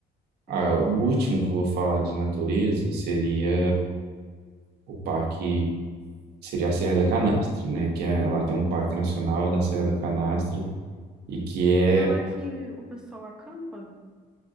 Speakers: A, on the right; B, in the centre.
A: Ah,
B: Hum.
A: o último que eu vou falar de natureza seria o parque, seria a Serra da Canastra, né, que é, lá tem um parque nacional da Serra da Canastra e que é,
B: É lá que o pessoal acampa?